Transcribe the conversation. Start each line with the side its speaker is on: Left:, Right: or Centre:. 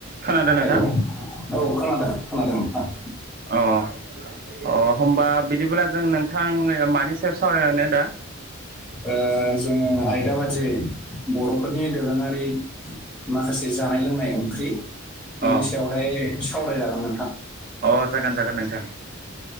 Right: खोनादों नोंथां
Centre: हेल' औ खोनादों, खोनादों नोंथां।
Right: अ अ होमबा बिदिब्ला जों नोंथां मानि सायाव सावरायनो दा
Centre: ओ जोङो आयदा बादियै बर'फोरनि दोरोङारि माखासे जानाय-लोंनाय ओंख्रि बेनि
Right: अ
Centre: सायावहाय सावरायजागोन नोंथां।
Right: अ जागोन-जागोन नोंथां।